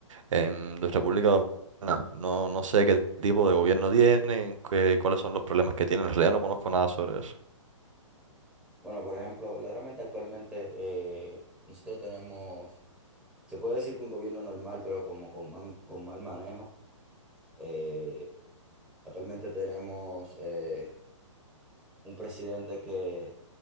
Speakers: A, on the right; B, in the centre.
A: en nuestra República Dominicana. No, no sé qué tipo de gobierno tienen, qué, cuáles son los problemas que tienen. En realidad no conozco nada sobre eso.
B: Bueno, por ejemplo, verdaderamente actualmente eh, nosotros tenemos, se puede decir que un gobierno normal, pero como con, man- con mal manejo. Eh, actualmente tenemos eh, un presidente que